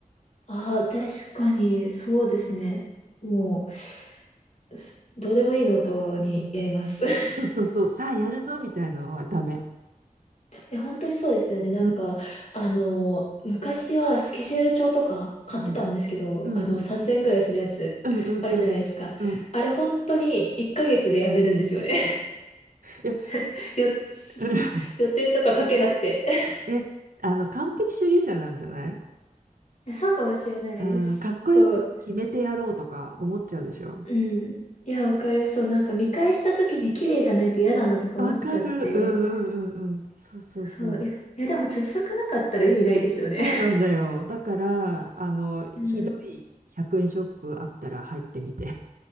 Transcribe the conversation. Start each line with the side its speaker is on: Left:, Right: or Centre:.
Left: ああ、確かに、そうですね。もう、すどうでもいいのとにやります。<laughs>
Right: そうそうそう、さあやるぞみたいなのはダメ。
Left: え、本当にそうですよね。なんか、
Right: うん
Left: あの、昔はスケジュール帳とか買ってたんですけど、
Right: うん。うんうん。
Left: あの、3000ぐらいするやつ
Right: うんうんうんうん。
Left: <laughs>、あるじゃないですか。
Right: うん。
Left: あれ、本当に1ヶ月でやめるんですよね。
Right: いや、
Left: <laughs> よ、
Right: うん
Left: <laughs> 予定とか書けなくて。<laughs>
Right: <laughs> え、あの、完璧主義者なんじゃない
Left: いやそうかもしれないです。
Right: うん、かっこよく決めてやろうとか思っちゃうでしょ。
Left: そう。うん。いや、わかります。そう、なんか見返した時に綺麗じゃないと嫌だなとか思っちゃって。
Right: わかる。うんうんうんうん。そうそうそ
Left: そう、いや、いやでも続かなかったら意味ないですよね。
Right: う。そうなんだよ。だから、あの、
Left: うん。
Right: ひどい100円ショップあったら入ってみて。